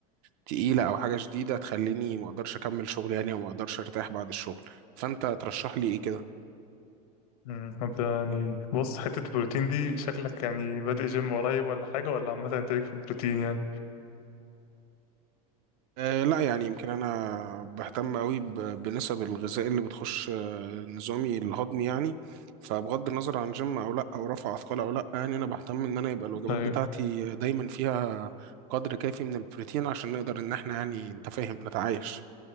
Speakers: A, on the right; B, on the left.
A: تقيلة أو حاجة شديدة تخليني ما أقدرش أكمل شغل يعني وما أقدرش أرتاح بعد الشغل فأنت ترشح لي إيه كده
B: امم انت يعني بص حته البروتين دي شكلك يعني بادئ جيم قريب ولا حاجه ولا عامه انت ليك في البروتين يعني
A: أه لا يعني يمكن انا بهتم قوي ب- بنسب الغذاء اللي بتخش آه، نظامي الهضمي يعني فبغض النظر عن جيم او لا او رفع اثقال او لا يعني انا بهتم ان انا يبقى الوجبات
B: ايوه
A: بتاعتي دايما فيها قدر كافي من البروتين عشان نقدر ان احنا يعني انت فاهم نتعايش